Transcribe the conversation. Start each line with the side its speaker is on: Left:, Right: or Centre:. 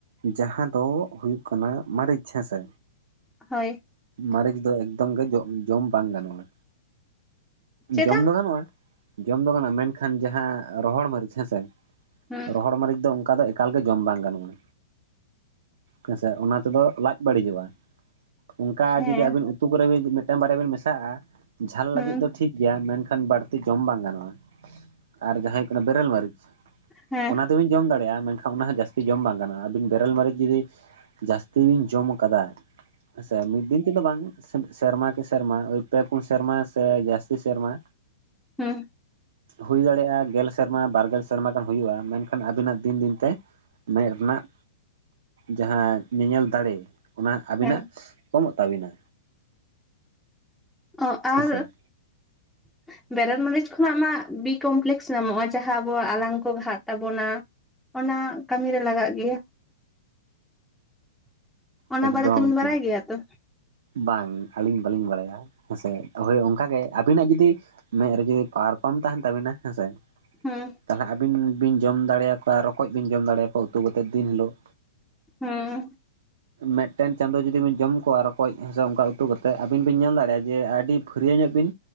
Right: ᱡᱟᱦᱟᱸ ᱫᱚ ᱦᱩᱭᱩᱜ ᱠᱟᱱᱟ ᱢᱟᱹᱨᱤᱪ ᱦᱮᱸᱥᱮ
Centre: ᱦᱚᱭ
Right: ᱢᱟᱹᱨᱤᱪ ᱫᱚ ᱮᱠᱫᱚᱢ ᱜᱮ ᱡᱚᱢ ᱵᱟᱝ ᱜᱟᱱᱚᱜᱼᱟ
Centre: ᱪᱮᱫᱟᱜ
Right: ᱡᱚᱢ ᱫᱚ ᱜᱟᱱᱚᱜᱼᱟ ᱡᱚᱢ ᱫᱚ ᱜᱟᱱᱚᱜᱼᱟ ᱢᱮᱱᱠᱷᱟᱱ ᱡᱟᱦᱟᱸ ᱨᱚᱦᱚᱲ ᱢᱟᱹᱨᱤᱪ ᱦᱮᱸᱥᱮ
Centre: ᱦᱩᱸ
Right: ᱨᱚᱦᱚᱲ ᱢᱟᱹᱨᱤᱪ ᱫᱚ ᱚᱱᱠᱟ ᱫᱚ ᱮᱠᱟᱞ ᱜᱮ ᱡᱚᱢ ᱵᱟᱝ ᱜᱟᱱᱚᱜᱼᱟ ᱦᱮᱸᱥᱮ ᱚᱱᱟ ᱛᱮᱫᱚ ᱞᱟᱡ ᱵᱟᱹᱲᱤᱡᱚᱜᱼᱟ ᱚᱱᱠᱟ
Centre: ᱦᱮᱸ
Right: ᱡᱩᱫᱤ ᱟᱵᱤᱱ ᱩᱛᱩ ᱠᱚᱨᱮ ᱢᱤᱫᱴᱟᱝ ᱵᱟᱨᱭᱟ ᱵᱤᱱ ᱢᱮᱥᱟᱜᱼᱟ ᱡᱷᱟᱞ
Centre: ᱦᱩᱸ
Right: ᱞᱟᱹᱜᱤᱫ ᱫᱚ ᱴᱷᱤᱠ ᱜᱮᱭᱟ ᱢᱮᱱᱠᱷᱟᱱ ᱵᱟᱹᱲ ᱡᱚᱢ ᱵᱟᱝ ᱜᱟᱱᱚᱜᱼᱟ ᱟᱨ ᱡᱟᱦᱟᱸ ᱦᱩᱭᱩᱜ ᱠᱟᱱᱟ ᱵᱮᱨᱮᱞ ᱢᱟᱹᱨᱤᱪ
Centre: ᱦᱮᱸ
Right: ᱟᱫᱚ ᱵᱤᱱ ᱡᱚᱢ ᱫᱟᱲᱮᱭᱟᱜᱼᱟ ᱢᱮᱱᱠᱷᱟᱱ ᱚᱱᱟ ᱦᱚᱸ ᱡᱟᱹᱥᱛᱤ ᱡᱚᱢ ᱵᱟᱝ ᱜᱟᱱᱜ-ᱟ ᱟᱵᱤᱱ ᱵᱮᱨᱮᱞ ᱢᱟᱨᱤᱪ ᱡᱩᱫᱤ ᱡᱟᱹᱥᱛᱤ ᱵᱤᱱ ᱡᱚᱢ ᱟᱠᱟᱫᱟ ᱦᱮᱸ ᱥᱮ ᱢᱤᱫ ᱫᱤᱱ ᱛᱮᱫᱚ ᱵᱟᱝ ᱥᱮᱨᱢᱟ ᱠᱤ ᱥᱮᱨᱢᱟ ᱯᱮ ᱯᱩᱱ ᱥᱮᱨᱢᱟ ᱥᱮ ᱡᱟᱹᱥᱛᱤ ᱥᱮᱨᱢᱟ
Centre: ᱦᱩᱸ
Right: ᱦᱩᱭ ᱫᱟᱲᱮᱭᱟᱜᱼᱟ ᱜᱮᱞ ᱥᱮᱨᱢᱟ ᱵᱟᱨᱜᱮᱞ ᱥᱮᱨᱢᱟ ᱦᱩᱭᱩᱜᱼᱟ ᱢᱮᱱᱠᱷᱟᱱ ᱟᱹᱵᱤᱱᱟᱜ ᱫᱤᱱ ᱫᱤᱱ ᱛᱮ ᱢᱮᱫ ᱨᱮᱱᱟᱜ ᱡᱟᱦᱟᱸ ᱧᱮᱧᱮᱞ ᱫᱟᱲᱮ ᱚᱱᱟ ᱟᱹᱵᱤᱱᱟᱜ
Centre: ᱦᱮᱸ
Right: ᱠᱚᱢᱚᱜ ᱛᱟᱵᱤᱱᱟ?
Centre: ᱚ
Right: ᱦᱮᱸᱥᱮ
Centre: ᱟᱨ <unintelligible> ᱵᱮᱨᱮᱞ ᱢᱟᱹᱨᱤᱪ ᱠᱷᱚᱱᱟᱜ ᱢᱟᱜ ᱵᱤ ᱠᱚᱢᱯᱞᱮᱠᱥ ᱧᱟᱢᱚᱜᱼᱟ ᱡᱟᱦᱟᱸ ᱟᱵᱚᱣᱟᱜ ᱟᱞᱟᱝ ᱠᱚ ᱜᱷᱟᱹ ᱛᱟᱵᱚᱱᱟ ᱚᱱᱟ ᱠᱟᱹᱢᱤ ᱨᱮ ᱞᱟᱜᱟᱜ ᱜᱮᱭᱟ <unintelligible> ᱚᱱᱟ
Right: ᱮᱠᱫᱚᱢ
Centre: ᱵᱟᱲᱮ ᱛᱮᱵᱤᱱ ᱵᱟᱰᱟᱭ ᱜᱮᱭᱟ ᱛᱚ?
Right: ᱵᱟᱝ ᱟᱹᱞᱤᱧ ᱵᱟᱹᱞᱤᱧ ᱵᱟᱰᱟᱭᱟ ᱦᱮᱸᱥᱮ ᱦᱚᱭ ᱚᱱᱠᱟ ᱜᱮ ᱟᱵᱤᱱᱟᱜ ᱡᱩᱫᱤ ᱢᱮᱫ ᱨᱮ ᱡᱩᱫᱤ ᱯᱟᱣᱟᱨ ᱠᱚᱢ ᱛᱟᱦᱮᱱ ᱛᱟᱵᱤᱱᱟ ᱦᱮᱸᱥᱮ
Centre: ᱦᱩᱸ
Right: ᱛᱟᱦᱚᱞᱮ ᱟᱹᱵᱤᱱ ᱵᱤᱱ ᱡᱚᱢ ᱫᱟᱲᱮᱭᱟᱠᱚᱣᱟ ᱨᱚᱠᱚᱡ ᱵᱤᱱ ᱡᱚᱢ ᱫᱟᱲᱮᱭᱟᱠᱚᱣᱟ ᱩᱛᱩ ᱠᱟᱛᱮᱫ ᱫᱤᱱ ᱦᱤᱞᱩᱜ
Centre: ᱦᱩᱸᱻ
Right: ᱢᱤᱫᱴᱮᱱ ᱪᱟᱸᱫᱚ ᱡᱩᱫᱤ ᱵᱤᱱ ᱡᱚᱢ ᱠᱚᱣᱟ ᱨᱚᱠᱚᱡ ᱥᱮ ᱚᱱᱠᱟ ᱩᱛᱩ ᱠᱟᱛᱮᱫ ᱟᱹᱵᱤᱱ ᱵᱤᱱ ᱧᱮᱞ ᱫᱟᱲᱮᱭᱟᱜᱼᱟ ᱡᱮ ᱟᱹᱰᱤ ᱯᱷᱟᱹᱨᱭᱟᱹ ᱧᱚᱜ ᱵᱤᱱ